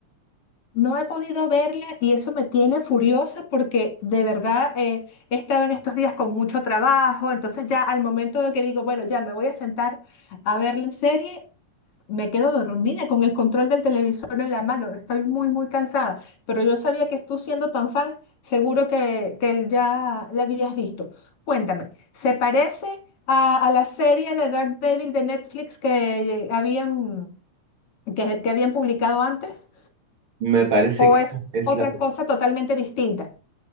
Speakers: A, on the left; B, on the right.
A: No he podido verla y eso me tiene furiosa porque de verdad eh, he estado en estos días con mucho trabajo, entonces ya al momento de que digo, bueno, ya me voy a sentar a ver la serie, me quedo dormida con el control del televisor en la mano, estoy muy, muy cansada, pero yo sabía que tú siendo tan fan, seguro que, que ya la habías visto. Cuéntame, ¿se parece a, a la serie de Daredevil de Netflix que, eh, habían, que que habían publicado antes?
B: Me parece
A: o
B: que
A: es
B: es
A: otra
B: la...
A: cosa totalmente distinta?